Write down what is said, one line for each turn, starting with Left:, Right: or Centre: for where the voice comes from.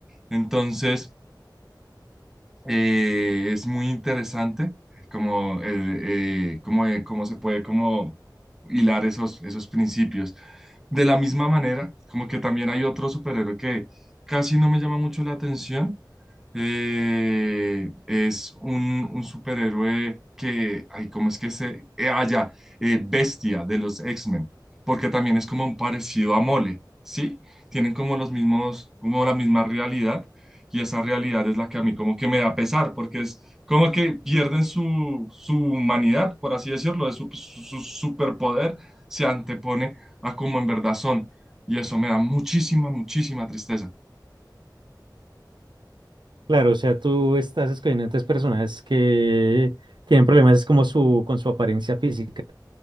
Centre: Entonces, eh, es muy interesante como el, eh, cómo, eh, cómo se puede como hilar esos, esos principios. De la misma manera, como que también hay otro superhéroe que casi no me llama mucho la atención, eh, es un, un superhéroe que, ay, ¿cómo es que se...? eh, ah, ya, eh, Bestia de los X-Men, porque también es como un parecido a Mole, ¿sí? Tienen como los mismos, como la misma realidad, y esa realidad es la que a mí como que me da pesar, porque es como que pierden su, su humanidad, por así decirlo, de su, su su superpoder, se antepone a como en verdad son, y eso me da muchísima, muchísima tristeza.
Right: Claro, o sea, tú estás escogiendo entonces personajes que tienen problemas como su, con su apariencia física.